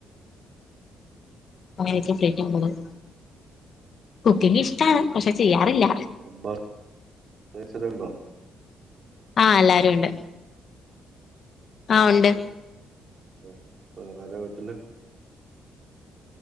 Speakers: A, on the left (about 55°); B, on the right (about 45°).
A: <unintelligible> കുക്കിംങ് ഇഷ്ടാണ് പക്ഷെ ചെയ്യാറില്ല.
B: അമ്മ ചെലവുണ്ടോ?
A: ആഹ് എല്ലാരും ഉണ്ട് ആ ഉണ്ട്.
B: വേ വേറാരാ വീട്ടില്.